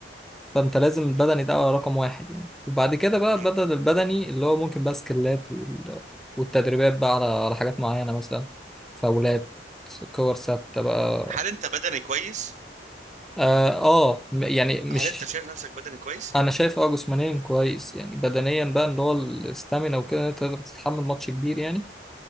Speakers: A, in the centre; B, on the right (about 45°).
A: فانت لازم البدني
B: والله
A: ده رقم واحد يعني وبعد كده بقى
B: يعني
A: بدل البدني اللي هو ممكن بقى سكيلات وال... والتدريبات بقى على على حاجات معينه مثلا فاولات كور ثابته بقى
B: هل انت بدني كويس
A: اه آه، م- يعني مش
B: هل انت شايف نفسك بدني كويس
A: انا شايف اه جسمانيا كويس يعني بدنيا بقى اللي هو الاستامينا وكده إن انت تقدر تتحمل ماتش كبير يعني